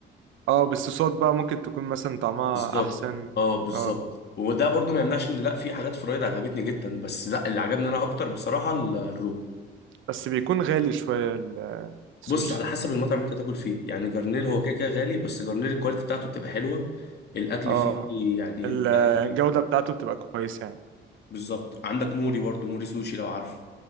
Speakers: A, on the right; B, on the left.
A: اه بس الصوصات بقى ممكن تكون مثلا طعمها
B: بالظبط
A: احسن
B: اه بالظبط
A: اه
B: وده برضو ما يمنعش ان لا في حاجات في الرايد عجبتني جدا بس لا اللي عجبني انا اكتر بصراحه ال- الرو
A: بس بيكون غالي شويه ال- السوشي
B: بص على حسب المطعم اللي انت تاكل فيه يعني جرنيل
A: امم
B: هو كده كده غالي بس جرنيل الكواليتي بتاعته بتبقى حلوه الاكل
A: اه
B: فيه يعني
A: ال- الجوده
B: لا لذيذ.
A: بتاعته بتبقى كويسه يعني
B: بالظبط عندك موري برضو موري سوشي لو عارفه